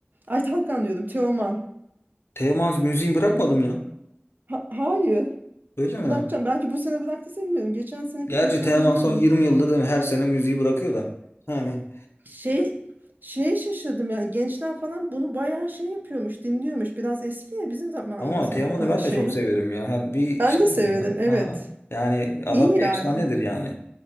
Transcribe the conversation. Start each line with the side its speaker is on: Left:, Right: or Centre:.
Right: Ay Tarkan diyorum Teoman.
Left: Teoman müziği bırakmadım ya.
Right: Ha- hayır.
Left: Öyle mi?
Right: Bırakacağım. Belki bu sene bıraktıysa bilmiyorum. Geçen seneki
Left: Gerçi
Right: bir röportajından
Left: Teoman son 20 yıldır değil mi? Her sene müziği bırakıyor da. Yani
Right: Şey şeye şaşırdım yani gençler falan bunu bayağı şey yapıyormuş, dinliyormuş. Biraz eski ya bizim zamanımızın
Left: ama Teoman'ı
Right: hani
Left: ben
Right: şeyi.
Left: de çok severim ya. Hani bir
Right: Ben
Left: şey
Right: de
Left: ya.
Right: severim evet.
Left: Aha. Yani adam
Right: İyi
Left: bir
Right: yani.
Left: efsanedir yani.